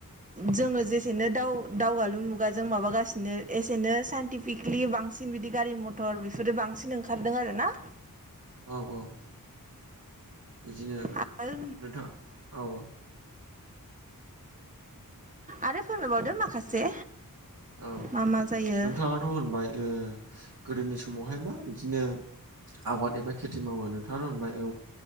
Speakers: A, on the right (about 20°); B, on the right (about 75°).
A: जोङो जेसेनो दाव दावगालु मुगा जों माबागासिनो एसेनो सान -इनटिफिकेलि बांसिन बिदि गारि मथर बेफोरो बांसिन ओंखारदों आरो ना।
B: औ औ बिदिनो
A: आरो
B: नोंथाङा औ औ।
A: आरो फोरमायबावदो माखासे
B: औ
A: मा मा जायो
B: नोंथाङाथ' होनबाय ओ गोदोनि समावहाय मा बिदिनो आबाद एबा खेथि मावो नोंथाङाथ' होनबाय